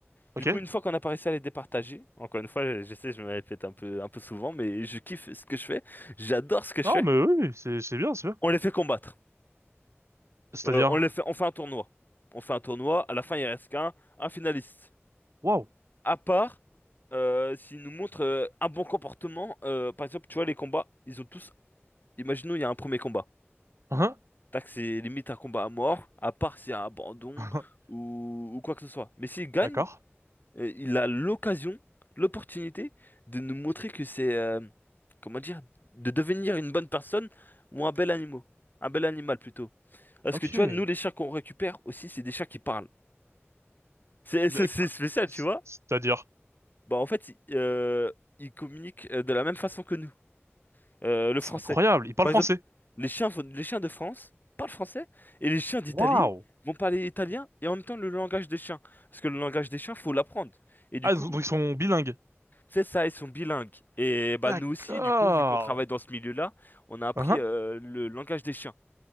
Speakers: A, on the left; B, on the right.
A: Du
B: Ok.
A: coup, une fois qu'on a réussi à les départager, encore une fois, je sais, je me répète un peu, un peu souvent, mais je kiffe ce que je fais, j'adore ce que je
B: Non,
A: fais.
B: mais oui, oui, c'est c'est bien, c'est bien.
A: On les fait combattre.
B: C'est-à-dire...
A: Euh, on les fait, on fait un tournoi. On fait un tournoi, à la fin il reste qu'un un finaliste.
B: Wow.
A: À part euh, s'il nous montre euh, un bon comportement, euh, par exemple, tu vois, les combats, ils ont tous. Imaginons, il y a un premier combat.
B: Hein?
A: Tac, c'est limite un combat à mort, à part s'il y a un abandon
B: <laughs>
A: ou, ou quoi que ce soit. Mais s'il gagne,
B: D'accord.
A: euh, il a l'occasion, l'opportunité de nous montrer que c'est. euh, comment dire? De devenir une bonne personne ou un bel animal. Un bel animal plutôt. Parce
B: Ok.
A: que tu vois, nous, les chats qu'on récupère aussi, c'est des chats qui parlent. C'est c'est-
B: Bah,
A: c'est spécial,
B: c-
A: tu vois?
B: C'est-à-dire,
A: Bah, en fait, ils euh, ils communiquent euh, de la même façon que nous, euh, le français.
B: c'est incroyable. Ils parlent
A: Par
B: français.
A: exemple, les chiens, font- les chiens de France parlent français et les chiens d'Italie
B: Waouh.
A: vont parler italien et en même temps le langage des chiens. Parce que le langage des chiens, faut l'apprendre. Et du
B: Ah,
A: coup,
B: donc ils sont bilingues.
A: c'est ça, ils sont bilingues. Et bah,
B: D'accord.
A: nous aussi, du coup, vu qu'on travaille dans ce milieu-là, on a appris
B: Hein?
A: euh, le langage des chiens.